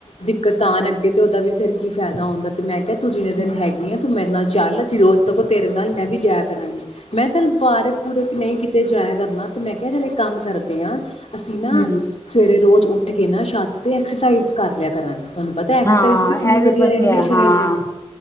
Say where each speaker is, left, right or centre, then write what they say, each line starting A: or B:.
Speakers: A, on the left; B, on the left.
A: ਦਿੱਕਤ ਆਉਣ ਅੱਗੇ ਤੇ ਉਹਦਾ ਵੀ ਫੇਰ ਕੀ ਫਾਇਦਾ ਹੁੰਦਾ ਤੇ ਮੈਂ ਕਿਹਾ! ਤੂੰ ਜਿੰਨੇ ਦਿਨ
B: ਹੂੰ
A: ਹੈਗੀ ਏ ਤੂੰ ਮੇਰੇ ਨਾਲ ਰਿਹ ਚੱਲ, ਅਸੀਂ ਰੋਜ਼ <unintelligible> ਤੇਰੇ ਨਾਲ ਮੈਂ ਵੀ ਜਾਇਆ ਕਰਾਂਗੀ। ਪਾਰਕ ਪੂਰਕ ਤੇ ਜਾਇਆ ਕਰਨਾ, ਤੇ ਮੈਂ ਕਿਹਾ ਚ ਕੰਮ ਕਰਦੇ ਆ ਅਸੀਂ ਨਾ
B: ਹੂੰ
A: ਸਵੇਰੇ ਰੋਜ਼। ਉੱਠ ਕੇ ਨਾ ਛੱਤ ਤੇ ਐਕਸਰਸਾਈਜ਼ ਕਰ ਲਿਆ ਕਰਾਂਗੇ! ਤੁਹਾਨੂੰ ਪਤਾ ਐਕਸਰਸਾਈਜ਼
B: ਹਾਂ,
A: ਤਾਂ ਕਿੰਨੀ
B: ਐਹ ਵੀ ਵਧੀਆ
A: ਰਹਿੰਦੀ ਹੈ ਸਰੀਰ
B: ਹਾਂ।
A: ਲਈ